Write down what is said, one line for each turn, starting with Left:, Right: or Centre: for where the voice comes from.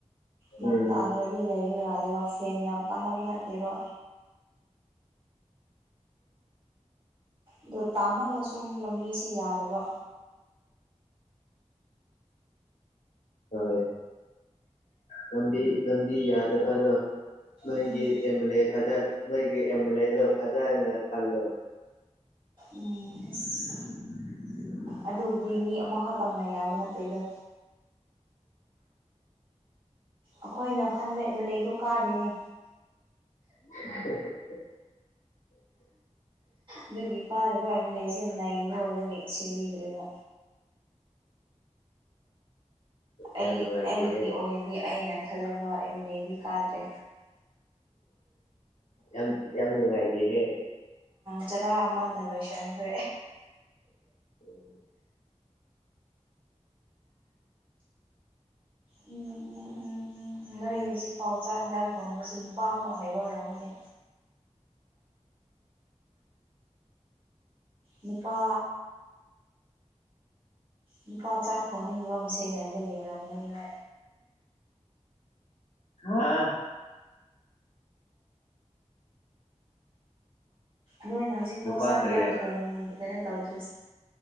Right: ꯅꯣꯡ
Left: ꯎꯝ
Right: ꯇꯥꯗ꯭ꯔꯗꯤ ꯂꯩꯕ ꯌꯥꯗꯦꯕ ꯐꯦꯟꯅ ꯀꯥꯟꯅꯕ ꯅꯠꯇꯦꯕ ꯑꯗꯣ ꯇꯥꯃꯜꯂ ꯁꯨꯝ ꯂꯝꯕꯤꯁꯦ ꯌꯥꯗꯕ
Left: ꯍꯣꯏ ꯂꯝꯕꯤ ꯂꯝꯕꯤ ꯌꯥꯗ ꯄꯗ ꯅꯣꯏꯒꯤ
Right: ꯎꯝ
Left: ꯑꯦꯝ ꯑꯦꯜ ꯑꯦ ꯐꯖ ꯅꯣꯏꯒꯤ ꯑꯦꯝ ꯑꯦꯜ ꯑꯦꯗꯣ ꯐꯖꯅ ꯈꯜꯂꯣ <inaudible>
Right: ꯎꯝ ꯑꯁ ꯑꯗꯨꯕꯨꯗꯤ ꯃꯤ ꯑꯃꯈꯛꯇꯪꯅ ꯌꯥꯕ ꯅꯠꯇꯦ ꯑꯗꯣ ꯑꯩꯈꯣꯏꯅ ꯈꯟꯕ ꯑꯦꯝ ꯑꯦꯜ ꯑꯦꯗꯣ ꯀꯥꯗꯦꯅꯦ
Left: ꯎ
Right: ꯑꯗꯨꯒꯤ ꯀꯥꯔꯤꯕ ꯑꯦꯝ ꯑꯦꯜ ꯑꯦꯁꯦ ꯅꯩꯕ ꯑꯣꯏꯔꯒꯤ ꯁꯦꯝꯕꯤꯗꯅ
Left: ꯌꯥꯝ
Right: ꯑꯩ
Left: ꯅꯨꯡꯉꯥꯏꯇꯦꯍꯦ
Right: ꯑꯩꯒꯤ ꯑꯣꯏꯅꯗꯤ ꯑꯩꯅ ꯊꯥꯖꯕ ꯑꯦꯝ ꯑꯦꯜ ꯑꯦꯗꯤ ꯀꯥꯗ꯭ꯔꯦ
Left: ꯑ ꯌꯥꯝꯅ ꯃꯥꯥꯏꯇ ꯍꯦ
Right: ꯆꯔꯥ ꯑꯃꯅ ꯂꯣꯏꯁꯟ ꯑ
Left: ꯎ
Right: ꯎꯝ ꯎꯝ ꯎꯝ ꯎꯝ ꯅꯣꯏ ꯍꯧꯖꯤꯛꯐꯥꯎ ꯆꯥꯛ ꯏꯟꯖꯥꯡ ꯊꯣꯡꯕꯁꯤ ꯅꯨꯄꯥ ꯑꯃꯄꯥꯡ ꯂꯩꯕ ꯑꯣꯏꯔꯝꯒꯅꯤ ꯅꯨꯄꯥ ꯅꯨꯄꯥ ꯆ ꯊꯣꯛꯅꯤꯡꯕ ꯑꯁꯦ ꯂꯩꯕꯒꯤ ꯑꯣꯏꯔꯝꯒꯅꯤꯅ
Left: ꯍꯥꯥ
Right: ꯅꯣꯏꯅ ꯍꯧꯖꯤꯛ ꯐꯥꯎ
Left: ꯅꯨꯄꯥ
Right: ꯆꯥꯛ
Left: ꯀꯔꯤ
Right: ꯏꯟꯁꯥꯡ
Left: ꯍꯥꯏ
Right: ꯊꯣꯡ ꯁꯃꯥꯏꯩꯅ ꯇꯧꯗ꯭ꯔꯤꯁꯦ